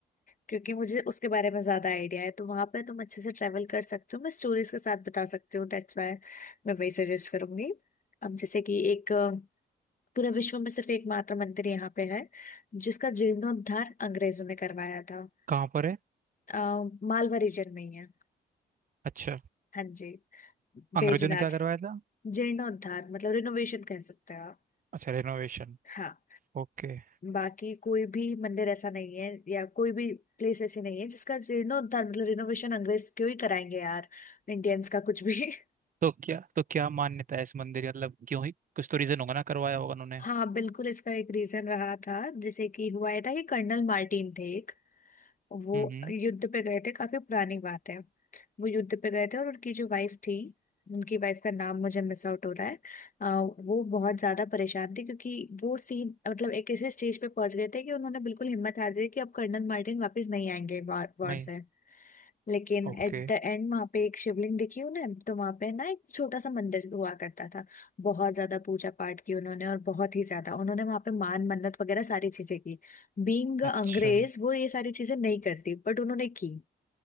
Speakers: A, on the left (about 40°); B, on the right (about 40°).
A: क्योंकि मुझे उसके बारे में ज्यादा आइडिया है तो वहां पर तुम अच्छे से ट्रेवल कर सकते हो मैं स्टोरीज के साथ बता सकती हूँ दैट्स वाई मैं वही सजेस्ट करूंगी अब जैसे कि एक अ, पूरे विश्व में सिर्फ एकमात्र मंदिर यहाँ पे है जिसका जीर्णोद्धार अंग्रेजों ने करवाया था
B: कहाँ पर है
A: अ, मालवा रीजन में ही है
B: अच्छा
A: हाँ जी
B: अंग्रेजों
A: बैजनाथ
B: ने क्या करवाया था
A: जीर्णोद्धार मतलब रिनोवेशन कह सकते हो आप
B: अच्छा रेनोवेशन
A: हाँ
B: ओके
A: बाकी कोई भी मंदिर ऐसा नहीं है या कोई भी प्लेस ऐसी नहीं है जिसका जीर्णोद्धार मतलब रिनोवेशन अंग्रेज क्यों ही कराएंगे यार इंडियंस का कुछ भी <laughs>
B: तो क्या तो क्या मान्यता है इस मंदिर की? मतलब क्यों ही कुछ तो रीजन होगा ना करवाया होगा उन्होंने
A: हाँ बिल्कुल इसका एक रीजन रहा था जैसे कि हुआ ये था कि कर्नल मार्टिन थे एक वो
B: हम्म हम्म,
A: युद्ध पे गए थे काफी पुरानी बात है वो युद्ध पे गए थे और उनकी जो वाइफ थी उनकी वाइफ का नाम मुझे मिस आउट हो रहा है आ, वो बहुत ज्यादा परेशान थी क्योंकि वो सीन मतलब एक ऐसे स्टेज पे पहुंच गए थे कि उन्होंने बिल्कुल हिम्मत हार दी थी कि अब कर्नल मार्टिन वापस नहीं आएंगे वॉर वॉर
B: नहीं
A: से लेकिन
B: ओके
A: एट द एंड वहां पे एक शिवलिंग दिखी उन्हें तो वहां पे ना एक छोटा सा मंदिर हुआ करता था बहुत ज्यादा पूजा पाठ की उन्होंने और बहुत ही ज्यादा उन्होंने वहां पे मान मन्नत वगैरह सारी चीजें की बीइंग
B: अच्छा
A: अंग्रेज वो ये सारी चीजें नहीं करती बट उन्होंने की